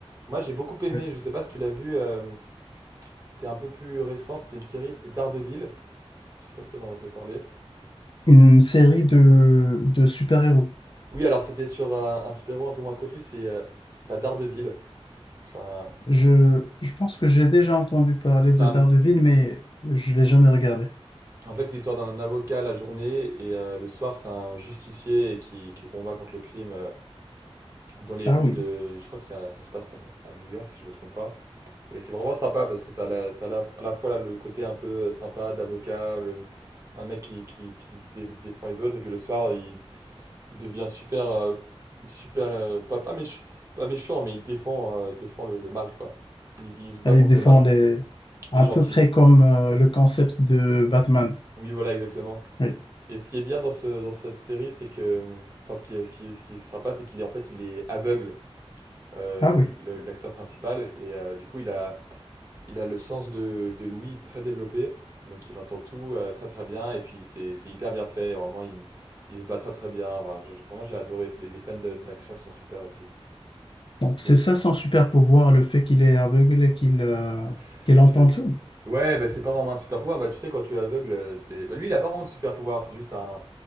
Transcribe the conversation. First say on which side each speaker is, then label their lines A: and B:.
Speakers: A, on the right; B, on the left.
A: Moi, j'ai beaucoup aimé.
B: Ouais.
A: Je sais pas si tu l'as vu. euh, c'était un peu plus récent. C'était une série. C'était Daredevil. Je sais pas si t'en as entendu parler.
B: Une série de, de super-héros.
A: Oui, alors c'était sur un, un super-héros un peu moins connu, c'est euh, bah, Daredevil. C'est un-
B: Je, je pense que j'ai déjà entendu parler
A: c'est
B: de
A: un-
B: Daredevil, mais je l'ai jamais regardé.
A: en fait, c'est l'histoire d'un avocat la journée et euh, le soir, c'est un justicier qui, qui combat contre le crime euh, dans les
B: Ah
A: rues
B: oui.
A: de. Je crois que ça, ça se passe à, à New York, si je me trompe pas. Et c'est vraiment sympa parce que t'as la, t'as la- à la fois là, le côté un peu euh, sympa d'avocat, le- un mec qui, qui, qui se dé- défend les autres, et puis le soir, il Il devient super, euh, super euh, pas, pas, méch- pas méchant, mais il défend, euh, il défend le, le mal, quoi. Il, il se bat
B: Ah,
A: contre
B: Ils défendent
A: le mal.
B: les... à
A: Il est gentil.
B: peu près comme euh, le concept de Batman.
A: Oui, voilà, exactement.
B: Oui.
A: Et ce qui est bien dans, ce, dans cette série, c'est que, enfin, ce qui est, ce qui est- ce qui est sympa, c'est qu'il est en fait, il est aveugle, euh,
B: Ah oui.
A: le- l'acteur principal, et euh, du coup, il a, il a le sens de, de l'ouïe très développé, donc il entend tout euh, très très bien, et puis c'est c'est hyper bien fait, vraiment, il, il se bat très très bien. Enfin, je- je- vraiment, j'ai adoré. Les, les scènes de- d'action sont super aussi.
B: Donc c'est
A: Mais
B: ça son super pouvoir, le fait qu'il est aveugle et qu'il euh,
A: <laughs>
B: qu'il
A: je
B: entend
A: sais-
B: tout.
A: Ouais, bah, c'est pas vraiment un super pouvoir. Bah, tu sais, quand tu es aveugle, euh, c'est. bah, lui, il a pas vraiment de super pouvoir. C'est juste un.